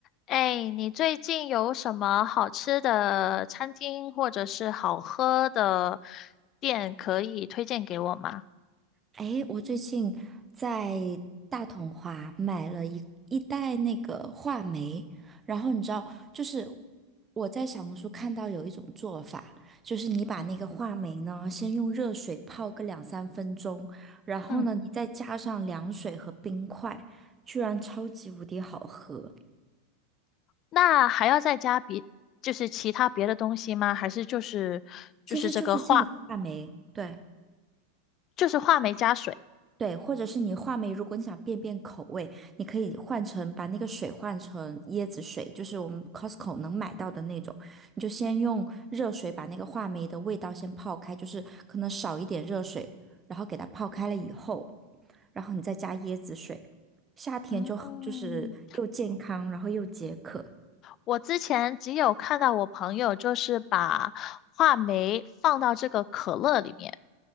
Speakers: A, on the left; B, on the right.
A: 哎，你最近有什么好吃的餐厅或者是好喝的店可以推荐给我吗？
B: 诶，我最近在大统华买了一一袋那个话梅，然后你知道，就是我在小红书看到有一种做法，就是你把那个话梅呢，先用热水泡个两三分钟，然后呢，
A: 嗯，
B: 你再加上凉水和冰块，居然超级无敌好喝。
A: 那还要再加别，就是其他别的东西吗？还是就是就是这个话，
B: 其实就是这种话梅，对。
A: 就是话梅加水？
B: 对，或者是你话梅，如果你想变变口味，你可以换成把那个水换成椰子水，就是我们 Costco 能买到的那种。你就先用热水把那个话梅的味道先泡开，就是可能少一点热水，然后给它泡开了以后，然后你再加椰子水，夏天就很就是又健康，
A: 嗯，
B: 然后又解渴，
A: 我之前只有看到我朋友就是把话梅放到这个可乐里面，